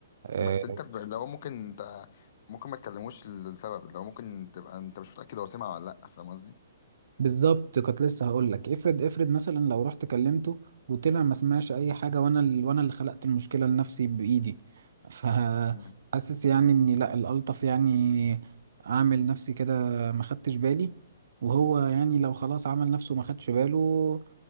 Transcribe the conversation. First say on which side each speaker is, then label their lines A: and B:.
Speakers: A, on the right (about 70°); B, on the left (about 55°).
A: آه،
B: بس انت ب... لو ممكن انت ممكن ما تكلموش لسبب لو ممكن تبقى انت مش متأكد هو سمع ولا لا فاهم قصدي
A: بالظبط كنت لسه هقول لك افرض افرض مثلا لو رحت كلمته وطلع ما سمعش اي حاجه وانا ال... وانا اللي خلقت المشكله لنفسي بايدي فحاسس
B: مم.
A: يعني اني لا الالطف يعني اعمل نفسي كده ما خدتش بالي وهو يعني لو خلاص عمل نفسه ما خدش باله